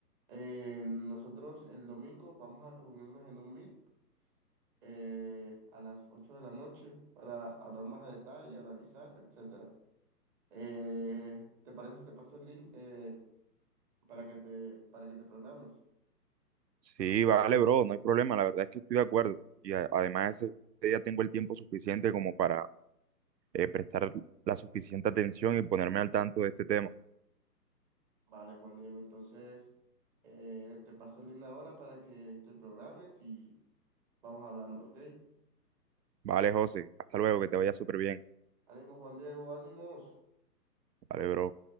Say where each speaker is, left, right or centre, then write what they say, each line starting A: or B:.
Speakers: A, on the right (about 30°); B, on the right (about 85°).
A: Eh, nosotros el domingo vamos a reunirnos en un meet eh, a las 8 de la noche para hablar más a detalle, analizar, etcétera. Eh, ¿te parece si te paso el link eh, para que te, para que te programes?
B: Sí, vale, bro, no hay problema. La verdad es que estoy de acuerdo. Y a- además, ese día tengo el tiempo suficiente como para eh, prestar la suficiente atención y ponerme al tanto de este tema.
A: Vale, Juan Diego, entonces eh, te paso el link ahora para que te programes y vamos hablando, ¿ok?
B: Vale, José, hasta luego, que te vaya súper bien.
A: Ánimo, Juan Diego, ánimos.
B: Vale, bro.